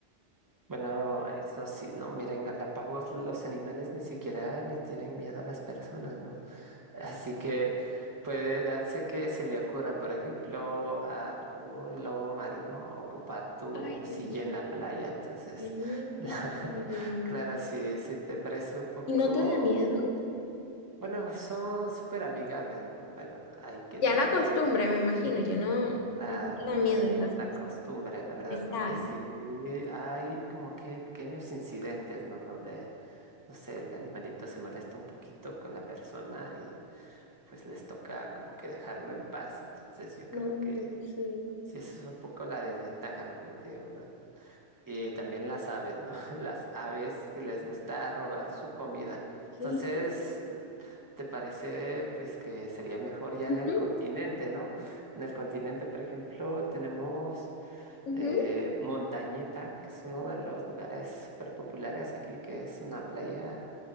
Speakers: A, on the right; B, on the left.
A: bueno, eso sí, ¿no? Mira, en Galápagos los animales ni siquiera le tienen miedo a las personas, ¿no? Así que puede darse que se le ocurra, por ejemplo, a algún lobo marino ocupar tu
B: Ay,
A: silla
B: Dios mío.
A: en la playa. Entonces,
B: Mm.
A: <laughs> la- claro, si, si te parece un poco,
B: ¿Y no te da miedo?
A: bueno, son súper amigables, ¿no? Bueno, hay que
B: Ya
A: tener
B: la costumbre,
A: igualmente,
B: me imagino, ya no,
A: claro,
B: no te da
A: más
B: miedo esas
A: bien
B: cosas.
A: la costumbre, la verdad,
B: Exacto.
A: porque sí hay como que pequeños incidentes, ¿no? Donde, no sé, el animalito se molesta un poquito con la persona pues les toca como que dejarlo en paz. Entonces yo creo
B: No, me
A: que
B: imagino.
A: sí, eso es un poco la desventaja, ¿no? Como te digo, ¿no? Y también las aves, ¿no? <laughs> Las aves que les gusta robar su comida.
B: ¿Qué?
A: Entonces, ¿te parece pues que sería mejor ya
B: Ujú,
A: en el continente, ¿no? En el continente, por ejemplo, tenemos
B: ujú.
A: eh, Montañita, que es uno de los lugares súper populares aquí, que es una playa,